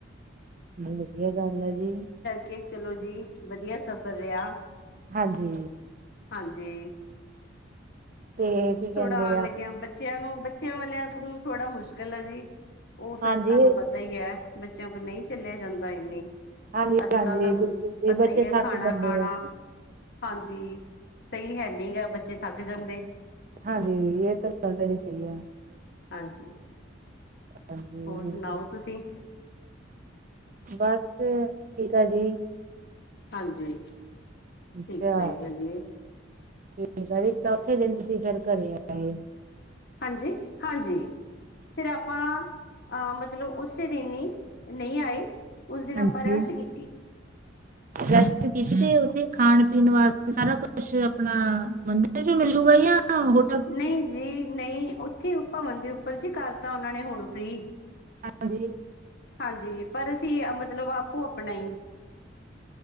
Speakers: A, on the right; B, on the left.
A: ਹੂੰ, ਵਦੀਆ ਗੱਲ ਐ ਜੀ।
B: ਕੇ ਚਲੋ ਜੀ, ਵਦੀਆ ਸਫ਼ਰ ਰਯਾ।
A: ਹਾਂਜੀ।
B: ਹਾਂਜੀ।
A: ਤੇ ਕੀ ਕਹਿੰਦੇ
B: ਥੋੜਾ ਆਣ
A: ਆ
B: ਲੱਗੇਆ ਬੱਚੇਆਂ ਨੂੰ, ਬੱਚੇਆਂ ਵਾਲਿਆਂ ਨੂੰ ਥੋੜਾ ਮੁਸ਼ਕਿਲ ਆ ਜੀ। ਓ ਫੇਰ
A: ਹਾਂਜੀ
B: ਤਾਂਨੂੰ ਪਤਾ ਈ ਐ ਬੱਚੇਆਂ ਕੋਲ ਨਈ ਚੱਲੇਆ ਜਾਂਦਾ ਇਨੀ
A: ਹਾਂਜੀ
B: ਅੱਜ
A: ਹਾਂਜੀ
B: ਕੱਲ ਦਾ
A: ਬਿਲਕੁਲ
B: ਪਤਾ
A: ਜੀ ਬੱਚੇ
B: ਈ ਐ
A: ਥੱਕ
B: ਖਾਣ
A: ਜਾਂਦੇ
B: ਪਾਣਾ
A: ਆ
B: ਹਾਂਜੀ, ਸਈ ਹੈ ਨੀਗਾ ਬੱਚੇ ਥੱਕ ਜਾਂਦੇ।
A: ਹਾਂਜੀ, ਏ ਤਾਂ ਗੱਲ ਤੁਆਡੀ ਸਈ ਐ।
B: ਹਾਂਜੀ
A: ਹਾਂਜੀ
B: ਹੋਰ
A: ਬਿਲਕੁਲ
B: ਸੁਣਾਓ ਤੁਸੀਂ
A: ਬਸ ਠੀਕ ਆ ਜੀ
B: ਹਾਂਜੀ ਠੀਕ
A: ਅੱਛਾ
B: ਚਾਹੀਦਾ ਜੀ
A: ਠੀਕ ਆ ਜੀ ਚੌਥੇ ਦਿਨ ਤੁਸੀਂ ਫਿਰ ਘਰੇ ਆਏ।
B: ਹਾਂਜੀ ਹਾਂਜੀ ਫਿਰ ਆਪਾਂ ਅ ਮਤਲਬ ਉਸੇ ਦਿਨ ਈ ਨਈ ਆਏ। ਉਸ ਦਿਨ
A: ਹਾਂਜੀ
B: ਆਪਾਂ ਰੈਸਟ ਕੀਤੀ।
A: ਰੈਸਟ ਕੀਤੀ ਤੇ ਉੱਥੇ ਖਾਣ ਪੀਣ ਵਾਸਤੇ ਸਾਰਾ ਕੁਛ ਆਪਣਾ ਮੰ ਦਰ ਜੋ ਮਿਲੂਗਾ ਜਾਂ ਹੋ
B: ਨਈ ਜੀ ਨਈ ਉੱਥੇ ਭਵਨ ਦੇ ਉੱਪਰ ਚ ਈ ਕਰਤਾ ਓਨਾਂ ਨੇ ਹੁਣ ਫ੍ਰੀ
A: ਹਾਂਜੀ
B: ਹਾਂਜੀ ਪਰ ਅਸੀਂ ਮਤਲਬ ਆਪੋ ਆਪਣਾ ਈ